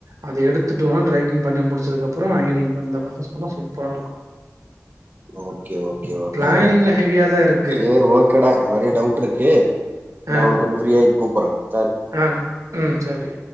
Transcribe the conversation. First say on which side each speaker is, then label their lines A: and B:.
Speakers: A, on the right (about 85°); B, on the right (about 35°).
A: அத எடுத்துட்டு உனா ட்ரக்கிங் பண்ணி முடிச்சதுக்குப்புற ஐனிங் இந்தந்த பரசஸ் பண்ணா சூப்பரா இருக்கு
B: ஓகே ஓகே ஓகே
A: பிளானிங்ல
B: ஓகே
A: ஹெவியா தா இருக்கு
B: சிவம்பு க்கடா நெறைய டவுட் இருக்கு நா
A: ஆ
B: உன கொஞ்ச ஃப்ரீயிட்டு கூப்பறே
A: ஆ ம் சரி